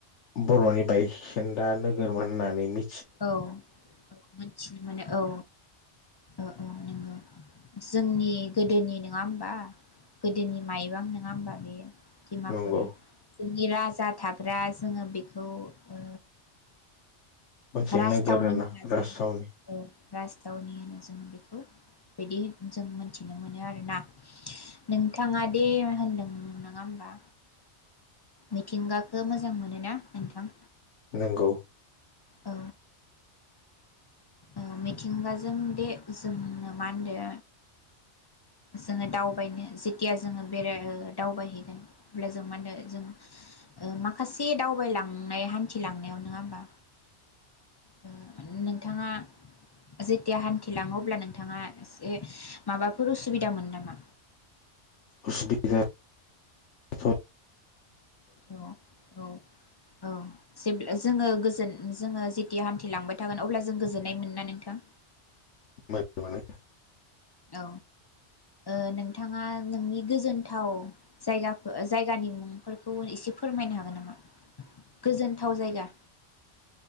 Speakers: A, on the left; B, on the left.
A: बर'नि बाय खोनदा नोगोरमोन होननानै मि
B: औ औ मोनथिनो मोनो औ। ओ औ नोंगौ जोंनि गोदोनि नोङा होमबा गोदोनि माइबां नोङा होमबा बेयो। दिमापुरा
A: नंगौ
B: जोंनि राज जा थाग्रा जोङो बेखौ ओ
A: मोनसे
B: राजथावनि
A: नोगोर आरो
B: होनना
A: ना रासथावनि।
B: जों औ राजथावनि होनो जों बेखौ बिदि जों मोनथिनो मोनो आरोना नोंथाङा दे होनदों नोङा होमबा मिथिंगाखो मोजां मोनोना नोंथां?
A: नोंगौ।
B: औ औ मिथिंगाजों दे जों मा होनदो जोङो दावबायनो जेथिया जोङो बेराय ओ दावबायहैगोन अब्ला जों मा होनो जों ओ माखासे दावबायलांनाय हान्थिलांनायाव नङा होमबा ओ नोंथाङा जेथिया हान्थिलाङो अब्ला नोंथाङा एसे माबाफोर उस सुबिदामोन नामा?
A: उसुबिदा थ'
B: औ औ औ। सिमब्लो जोङो गोजोन जोङो जेथिया हान्थि लांबाय थागोन अब्ला जों गोजोननाय मोनना नोंथां?
A: <inaudible>
B: औ ओ नोंथाङा नोंनि गोजोनथाव जायगाफो जायगानि मुंफोरखौ एसे फोरमायनो हागोन नामा? गोजोनथाव जायगा।